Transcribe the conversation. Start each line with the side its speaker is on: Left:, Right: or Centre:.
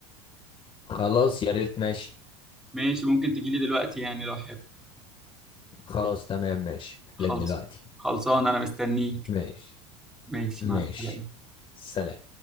Left: خلاص يا ريت ماشي
Centre: ماشي ممكن تجيلي دلوقتي يعني لو حابب
Left: خلاص تمام ماشي
Centre: خلص
Left: لك دلوقتي
Centre: خلصان انا مستنيك
Left: ماشي
Centre: ماشي
Left: ماشي
Centre: مع السلامة
Left: سلام